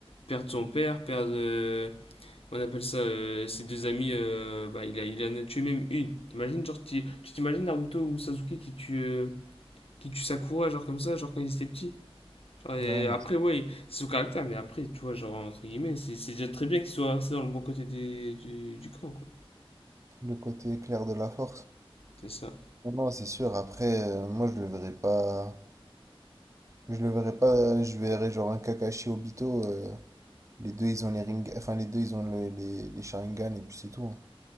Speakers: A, on the left; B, on the right.
A: Perdre son père, perdre, euh, on appelle ça, euh, ses deux amis, euh, bah, il, a, il en a tué même une. T'imagines, genre, tu tu t'imagines Naruto ou Sasuke qui tue, euh, qui tue Sakura, genre comme ça, genre quand ils étaient petits Genre, et
B: Ouais, non,
A: après,
B: c'est
A: ouais, c'est son caractère, mais après, tu vois, genre, entre guillemets, c'est c'est déjà très bien qu'il soit resté dans le bon côté des- du, du camp, quoi.
B: le côté clair de la force.
A: C'est ça.
B: Non, non, c'est sûr, après, euh, moi, je le verrai pas... Je le verrai pas, je verrai genre un Kakashi Obito, euh, les deux, ils ont les ring... Enfin, les deux, ils ont les, les, les Sharingan, et puis c'est tout. hein.